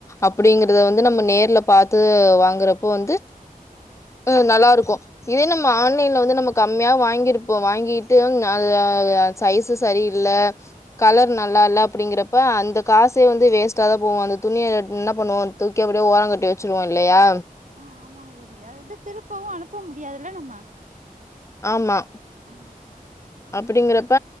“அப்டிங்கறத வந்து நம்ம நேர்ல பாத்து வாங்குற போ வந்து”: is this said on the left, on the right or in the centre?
Left